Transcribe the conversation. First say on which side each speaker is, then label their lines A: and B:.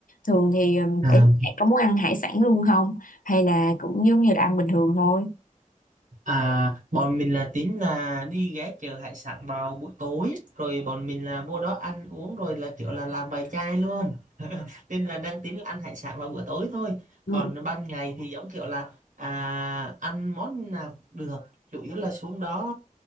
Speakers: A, on the left; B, on the right.
A: thường thì ừm,
B: à,
A: để bạn có muốn ăn hải sản luôn không hay là cũng giống như là ăn bình thường thôi
B: à bọn mình là tính là đi ghé chợ hải sản vào buổi tối rồi bọn mình là vô đó ăn uống rồi là kiểu là làm bài chai luôn nên là đang tính là ăn hải sản vào bữa tối thôi
A: ừ
B: còn ban ngày thì giống kiểu là à, ăn món nào cũng được chủ yếu là xuống đó